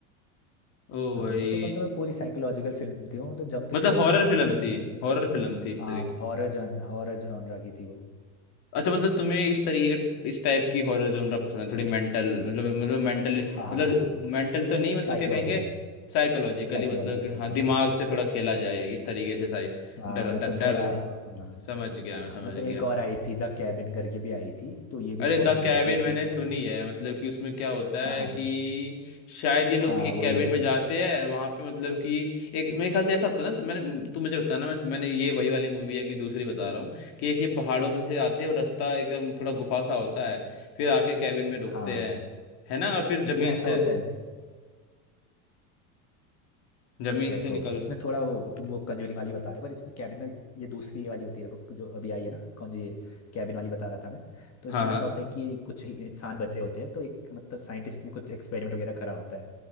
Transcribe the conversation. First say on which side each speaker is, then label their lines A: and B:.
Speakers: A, on the left (about 55°); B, on the left (about 35°).
A: ओ
B: हाँ
A: भाई
B: मतलब मतलब पूरी साइकोलॉजिकल फिल्म थी वो मतलब जंप
A: मतलब
B: स्केयर
A: हॉरर
B: कुछ नहीं
A: फिल्म
B: था मतलब
A: थी
B: मुझे
A: हॉरर फिल्म थी इस
B: हाँ
A: तरीके
B: हॉरर जॉन हॉरर जॉनरा की थी वो
A: अच्छा मतलब तुम्हें इस तरीके का इस टाइप की हॉरर जोनरा पसंद है थोड़ी मेंटल मतलब मतलब
B: हाँ
A: मेंटल
B: हाँ
A: मतलब मेंटल तो नहीं मतलब
B: साइकोलॉजिकल
A: क्या कहेंगे साइकोलॉजिकली
B: साइकोलॉजिकल
A: मतलब कि हाँ
B: हाँ
A: दिमाग से थोड़ा खेला जाए इस तरीके से साइ
B: हाँ
A: डर
B: मतलब
A: डर डर-
B: थोड़ा हाँ
A: समझ गया
B: हाँ
A: मैं समझ
B: मतलब
A: गया
B: एक और आई थी द कैबिन करके भी आई थी तो ये भी
A: अरे
B: बहुत
A: द
B: बढ़िया
A: कैबिन
B: थी इसमें
A: मैंने
B: क्या
A: सुनी है मतलब कि उसमें क्या होता
B: हाँ
A: है
B: हाँ
A: कि शायद ये लोग
B: हाँ,
A: एक
B: वही
A: कैबिन
B: होता
A: में जाते
B: है
A: हैं वहां पे मतलब कि एक मेरे ख्याल से ऐसा होता है ना मैंने तू मुझे बताना मैं मैंने ये वही वाली मूवी है कि दूसरी बता रहा हूँ कि एक ये पहाड़ों में से आते हैं और रास्ता एकदम थोड़ा गुफा सा होता है फिर आके कैबिन में रुकते
B: हाँ
A: हैं है ना और फिर
B: इसमें
A: जमीन
B: ऐसा
A: से
B: होता है
A: जमीन
B: देखो
A: से निकल
B: इसमें थोड़ा वो तुम वो कंजूरिंग वाली बता रहे हो पर इसमें कैबिन में ये दूसरी वाली होती है देखो जो अभी आई है ना कौन ये कैबिन वाली बता रहा था मैं तो इसमें
A: हाँ हाँ
B: ऐसा होता है कि कुछ ही इंसान बचे होते हैं तो एक मतलब साइंटिस्ट ने कुछ एक्सपेरिमेंट वगैरह करा होता है